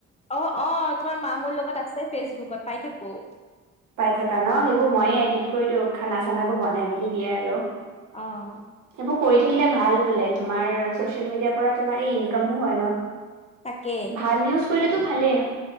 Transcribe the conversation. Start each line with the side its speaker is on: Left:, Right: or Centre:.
Left: অ অ, তোমাৰ মা মোৰ লগত আছে ফেচবুক ত পাই থাকব,
Right: পাই থাকা ন সেই এইবোৰ মই ৰেডি কৰি দিওঁ খানা খানাবোৰ বনাই মেলি দিয়ে আৰু
Left: অহ,
Right: সেইবোৰ কৰি থাকিলে ভাল বোলে তোমাৰ চচিয়েল মিডিয়াৰ পৰা তোমাৰ এই ইনকামো হয় ন।
Left: তাকে,
Right: ভাল ইউজ কৰিলেতো ভালেই,